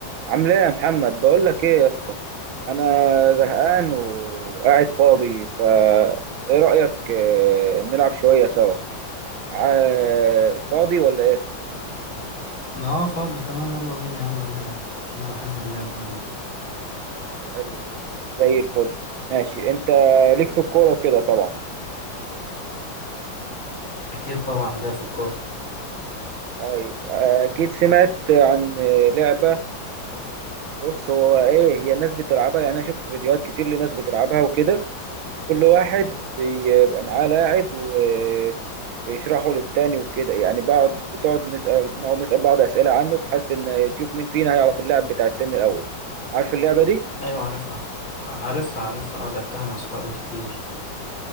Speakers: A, on the right (about 80°); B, on the left (about 80°).
A: عامل ايه يا محمد بقول لك ايه يا اسطى انا زهقان وقاعد فاضي فا ايه رايك آه، نلعب شويه سوا ع- فاضي ولا ايه
B: اه فاضي تمام يلا بينا يلا نلعب انا بحب اللعبة أوي
A: حلو زي الفل ماشي انت ليك في الكوره وكده طبعا
B: اكيد طبعا لعب في الكورة
A: طيب آه، اكيد سمعت عن آه، لعبه بص هو ايه هي الناس بتلعبها يعني انا شفت فيديوهات كتير لناس بتلعبها وكده كل واحد بيبقى معاه لاعب و بيشرحوا للتاني وكده يعني بقعد بتقعد نسأل بنقعد نسأل بعض أسئلة عنه بحيث إن تشوف مين فينا هيعرف اللعب بتاع التاني الأول عارف اللعبة دي؟
B: ايوه عارفها عارفها عارفها اه لعبتها مع صحابي كتير